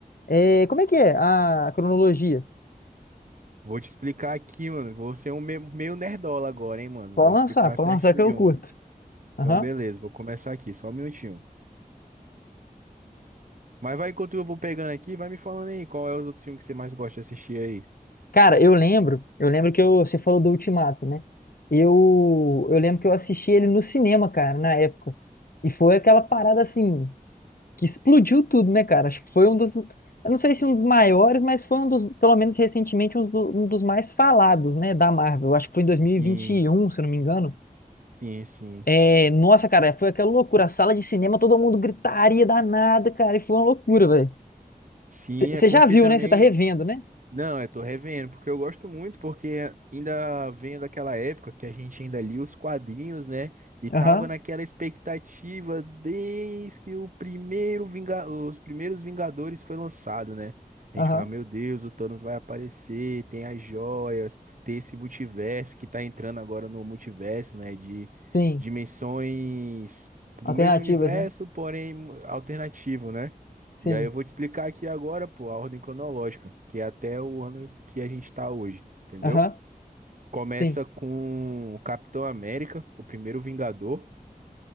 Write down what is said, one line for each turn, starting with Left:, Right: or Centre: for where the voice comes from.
Left: É, como é que é a cronologia?
Right: Vou te explicar aqui, mano. Vou ser um me- meio nerdola agora, hein, mano.
Left: Pode
Right: Vou explicar
Left: lançar, pode
Right: certinho,
Left: lançar que eu curto.
Right: mano.
Left: Aham.
Right: Então, beleza, vou começar aqui, só um minutinho. Mas vai enquanto eu vou pegando aqui, vai me falando aí qual é os outros filmes que você mais gosta de assistir aí.
Left: Cara, eu lembro, eu lembro que eu, você falou do Ultimato, né? Eu, eu lembro que eu assisti ele no cinema, cara, na época. E foi aquela parada assim, que explodiu tudo, né, cara? Acho que foi um dos, eu não sei se um dos maiores, mas foi um dos, pelo menos recentemente, um, do- um dos mais falados, né, da Marvel. Acho que foi em dois mil e e
Right: Sim,
Left: vinte e um, se eu não me engano.
Right: sim, sim.
Left: É, nossa, cara, foi aquela loucura. A sala de cinema, todo mundo gritaria danada, cara, e foi uma loucura, velho.
Right: Sim, é
Left: Você
Right: porque
Left: já viu,
Right: também
Left: né? Você tá revendo, né?
Right: Não, eu tô revendo, porque eu gosto muito, porque ainda venho daquela época que a gente ainda lia os quadrinhos, né? E tava
Left: Aham,
Right: naquela expectativa desde que o primeiro Vinga... os primeiros Vingadores foi lançado, né? A
Left: aham,
Right: gente fala, meu Deus, o Thanos vai aparecer, tem as joias, tem esse multiverso que tá entrando agora no multiverso, né? De
Left: sim.
Right: dimensões do
Left: Alternativas,
Right: mesmo universo,
Left: né?
Right: porém alternativo, né?
Left: Sim.
Right: E aí eu vou te explicar aqui agora, pô, a ordem cronológica, que é até o ano que a gente tá hoje, entendeu?
Left: Aham,
Right: Começa
Left: sim.
Right: com o Capitão América, o primeiro Vingador.